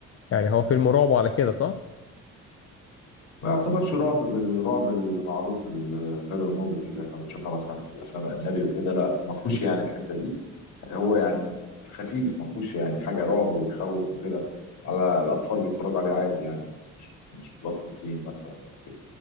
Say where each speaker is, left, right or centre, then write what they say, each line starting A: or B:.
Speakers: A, on the left; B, on the left.
A: يعني هو فيلم رعب على كده صح؟
B: ما يعتبرش رعب بالرعب المعروف الهيرور موفيز اللي احنا بنشوفها مثلا في الافلام الاجنبي وكده لا ما فيهوش
A: مم.
B: يعني الحته دي هو يعني خفيف ما فيهوش يعني حاجه رعب ويخوف وكده على الاطفال بيتفرجوا عليه عادي يعني مش مش بلس 18 مثلا او كده